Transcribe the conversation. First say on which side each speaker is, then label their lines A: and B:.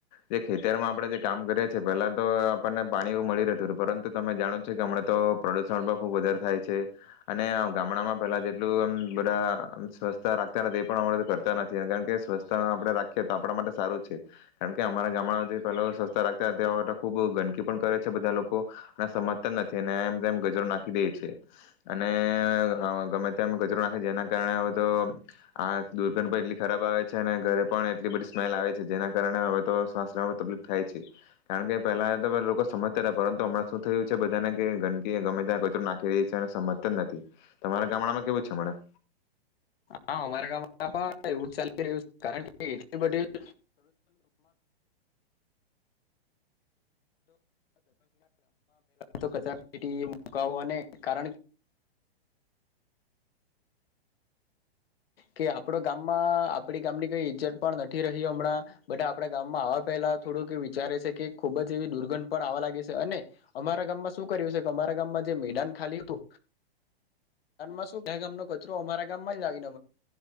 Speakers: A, on the left (about 45°); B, on the left (about 65°).
A: જે ખેતરમાં આપણેે જે કામ કરીએ છેએ પેલા તો આપણને પાણી એવું મળી રહેતું. પરંતુ તમે જાણો છો કે હમણા તો પ્રદુષણ પણ ખુબ વધારે થાય છે અને ગામડામાં પહેલા જેટલું આમ બધા સ્વચ્છતા રાખતા નથી એ પણ હમણાં કરતા નથી કારણ કે સ્વચ્છતા આપણે રાખીએ તો આપણા માટે સારું છે. કારણ કે અમારા ગામડામાં જે પહેલા સ્વચ્છતા રાખતા હતા તે ખૂબ ગંદકી પણ કરે છે બધા લોકો અને સમજતા નથી અને એમ તેમ કચરો નાખી દે છે અને ગમે ત્યાં કચરો નાખે છે જેના કારણે હવે તો આ દુર્ગંધ એટલી ખરાબ આવે છે અને ઘરે પણ એટલી બધી સ્મેલ આવે છે. જેના કારણે હવે તો શ્વાસ તકલીફ થાય છે કારણ કે પહેલા તો લોકો સમજતા હતા પરંતુ હમણાં શું થયું છે બધાને કે ગંદકી ગમે ત્યાં કચરો નાખી રહી છે અને સમજતા જ નથી. તમારા ગામડામાં કેવું છે હમણાં?
B: હા અમારા ગામમાં પણ એવું જ ચાલી રહ્યું છે કારણ કે એટલી બધી <inaudible> કચરાપેટી મુકવો ને કારણ કે આપડ ગામમાં આપડી ગામની કઈ ઈજ્જત પણ નથી રહી હમણાં. બધા આપડા ગામમાં આવવા પહેલા થોડુંક વિચારે છે કે ખુબ જ એવી દુર્ગંધ પણ આવા લાગે છે અને અમારા ગામમાં શું કર્યું છે કે અમારા ગામમાં જે મેદાન ખાલી હતું. મેદાનમાં શું બીજા ગામનો કચરો અમારા ગામમાં જ આવીને